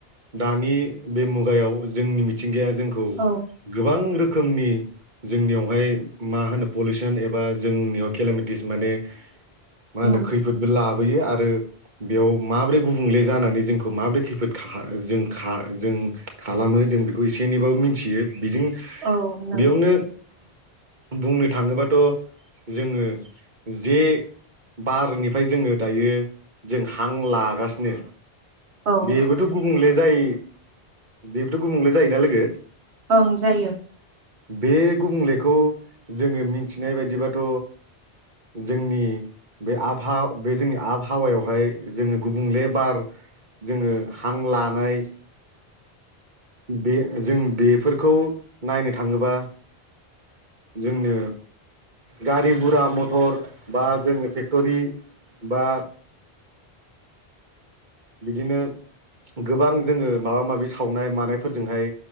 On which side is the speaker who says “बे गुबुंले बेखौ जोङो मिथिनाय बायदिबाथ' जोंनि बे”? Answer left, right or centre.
Right